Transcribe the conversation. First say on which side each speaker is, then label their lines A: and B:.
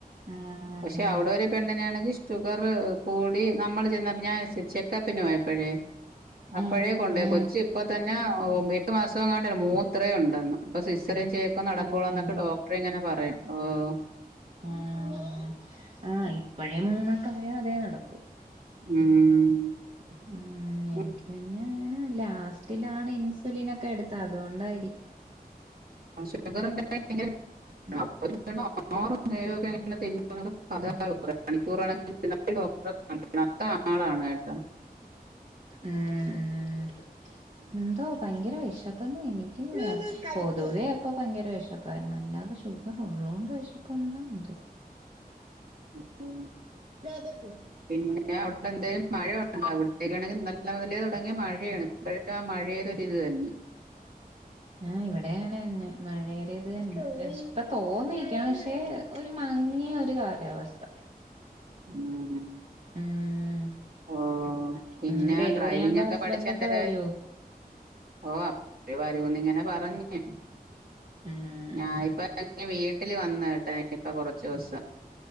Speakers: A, on the right (about 45°); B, on the right (about 75°).
A: ഉം
B: പക്ഷെ അവിടെ ഒരു പെണ്ണിന് ആണെങ്കി ഷുഗർ കൂടി നമ്മൾ ചെന്ന ഞാൻ ചെക് കപ്പിനുപോയപ്പോഴേ അപ്പഴേ
A: ഉം
B: കൊണ്ട് പോയി
A: ഉം
B: കൊച്ചി ഇപ്പ തന്നെ എട്ട് മാസം എങ്ങാണ്ടല്ല മൂ ഇത്രേ ഒണ്ടെന്ന് അപ്പൊ സിസ് ഇത്രേം ചെയ്യക്കോ നടക്കോളന്നൊക്കെ
A: തന്നെയല്ലേ
B: ഡോക്ടറിങ്ങനെ ഓഹ്
A: ആഹ് ആ ആഹ് ഇപ്പഴേ മൂമ <unintelligible> അതേ നടക്കൂ.
B: ഉം
A: ഉം പിന്നെ അങ്ങനെ ലാസ്റ്റിലാണ് ഇൻസുലിൻ ഒ ക്കെ എടുത്താ അതുകൊണ്ടായി
B: ഷുഗർക്ഷ <unintelligible>
A: ഉം
B: ഓറ നേരമൊക്കെ എങ്ങനെ തെന്ന <unintelligible> <inaudible> മണിക്കൂറണെിൽ അ ആളാണ് ഏട്ടാ <unintelligible>
A: ഉം എന്തോ ഭയങ്കര വേഷമം ഇപ്പോങ്ങും <unintelligible> എനിക്ക് പൊതുവേ അപ്പൊ ഭയങ്കര വിഷമം ഇപ്പ നല്ലാതെഷുഗർ ഉള്ളതുകൊണ്ട് പക്ഷേ <unintelligible> കോണ്ടോന്തോ
B: ആ <inaudible> <unintelligible>
A: വേഗകോ
B: പിന്നെ അവിടെ എന്തായാലും മഴണ്ട പിന്നെ ഇവിടത്തേക്കാണെങ്കിൽ നല്ല മുതലേ തുടങ്ങി മഴയാണ് ഇപ്പോഴും ആ മഴയേതൊരിത് തന്നെ
A: ആ ഇവിടെ അങ്ങനെതന്നെ മഴേടെ ഇത് തന്നെ <unintelligible> തോന്നു നിക്കാണ് പക്ഷെ ഒരു മങ്ങിയ ഒരു കാലാവസ്ഥ <inaudible>
B: ഉം <inaudible> <unintelligible>
A: ഉം
B: ഓ പിന്നെ
A: ഉം ഡെലിവറി
B: ഡ്രൈവിംഗ്
A: ആവുമ്പോ
B: ഒക്കെ
A: ഹസ്ബൻഡ്
B: പഠിച്ച് എന്തരായി
A: ഒക്കെ വരോ
B: ഓ <unintelligible> ഇങ്ങനെ പറഞ്ഞേ <inaudible>
A: ഉം
B: ഞാനിപ്പോ
A: ഉം
B: വീട്ടില് വന്ന കേട്ടാ <inaudible> <unintelligible> ഇ കുറച്ച ദിവസം